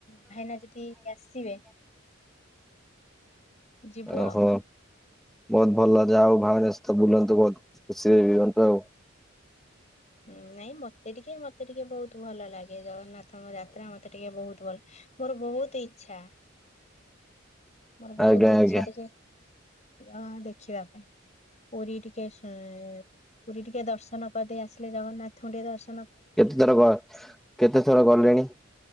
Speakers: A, on the left; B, in the centre.
A: ଭାଇନା ଯଦି ଆସିବେ। ଯିବୁ
B: ଓହୋ
A: ଆଉ।
B: ବହୁତ ଭଲ ଯାହା ହଉ ଭାଇନା ସହିତ ବୁଲନ୍ତୁ ବହୁତ ଖୁସିରେ ରିଅନ୍ତୁ ଆଉ।
A: ହୁଁ ନାଇଁ ମତେ ଟିକେ ମତେ ଟିକେ ବହୁତ ଭଲ ଲାଗେ ଜଗନ୍ନାଥ ତାଙ୍କ ଯାତ୍ରା ମତେ ଟିକେ ବହୁତ ଭଲ ମୋର ବହୁତ ଇଚ୍ଛା। ମୋର ବହୁତ
B: ଆଜ୍ଞା
A: ଇଚ୍ଛା
B: ଆଜ୍ଞା
A: ଟିକେ ଆ ଦେଖିବା ପାଇଁ ପୁରୀ ଟି କେସ ହୁଁ ପୁରୀ ଟିକେ ଦର୍ଶନ କରିଦେଇ ଆସିଲେ ଜଗନ୍ନାଥଙ୍କୁ ଟିକେ ଦର୍ଶ
B: କେତେ ଥର ଗ କେତେ ଥର ଗଲେଣି?